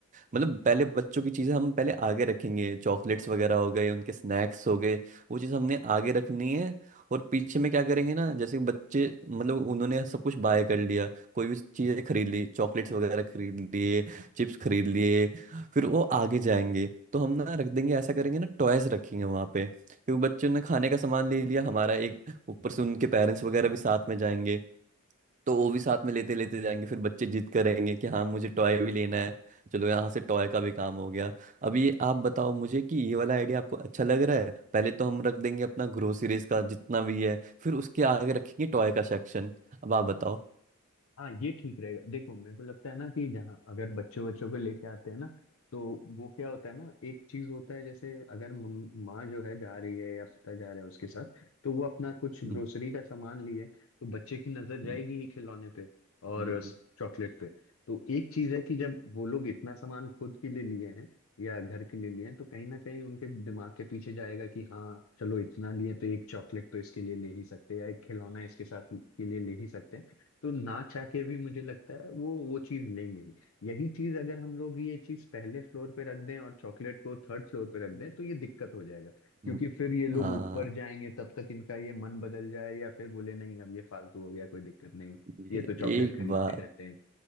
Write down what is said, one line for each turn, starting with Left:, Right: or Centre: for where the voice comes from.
Right: मतलब पहले बच्चों की चीज़ें हम पहले आगे रखेंगे चॉकलेट्स वगैरह हो गए उनके स्नैक्स हो गए वो चीज़ हमने आगे रखनी है और पीछे में क्या करेंगे ना जैसे बच्चे मतलब उन्होंने सब कुछ बाय कर लिया कोई भी चीज़ें खरीद ली चॉकलेट्स वगैरह खरीद लिए चिप्स खरीद लिए फिर वो आगे जाएंगे तो हम ना रख देंगे ऐसा करेंगे ना टॉयज रखेंगे वहाँ पे क्योंकि बच्चों ने खाने का सामान ले लिया हमारा एक ऊपर से उनके पेरेंट्स वगैरह भी साथ में जाएंगे तो वो भी साथ में लेते लेते जाएंगे फिर बच्चे जिद करेंगे कि हाँ मुझे टॉय भी लेना है चलो यहाँ से टॉय का भी काम हो गया अब ये आप बताओ मुझे कि ये वाला आइडिया आपको अच्छा लग रहा है पहले तो हम रख देंगे अपना ग्रोसरीज का जितना भी है फिर उसके आगे रखेंगे टॉय का सेक्शन अब आप बताओ
Left: हाँ ये ठीक रहेगा देखो मेरे को लगता है ना कि जहाँ अगर बच्चों बच्चों को लेके आते हैं ना तो वो क्या होता है ना एक चीज होता है जैसे अगर मम- माँ जो है जा रही है या पिता जा रहे हैं उसके साथ तो वो अपना कुछ ग्रोसरी
Right: हम्म,
Left: का सामान लिए तो बच्चे की नजर जाएगी
Right: हम्म,
Left: ही खिलौने पे और
Right: हम्म,
Left: चॉकलेट पे तो एक चीज है कि जब वो लोग इतना सामान खुद के लिए लिए हैं या घर के लिए लिए हैं तो कहीं ना कहीं उनके दिमाग के पीछे जाएगा कि हाँ चलो इतना लिए तो एक चॉकलेट तो इसके लिए ले ही सकते हैं या एक खिलौना इसके साथ के लिए ले ही सकते हैं तो ना चाह के भी मुझे लगता है वो वो चीज लेंगे ही। यही चीज अगर हम लोग ये चीज पहले फ्लोर पे रख दें और चॉकलेट को थर्ड फ्लोर पे रख
Right: हम्म,
Left: दें तो ये दिक्कत हो जाएगा क्योंकि
Right: हम्म,
Left: फिर ये लोग
Right: हाँ
Left: ऊपर जाएंगे तब तक इनका ये मन बदल जाए या फिर बोले नहीं अब ये फालतू हो गया कोई दिक्कत नहीं
Right: ये
Left: ये तो चॉकलेट
Right: एक
Left: खरीदते
Right: बार
Left: रहते हैं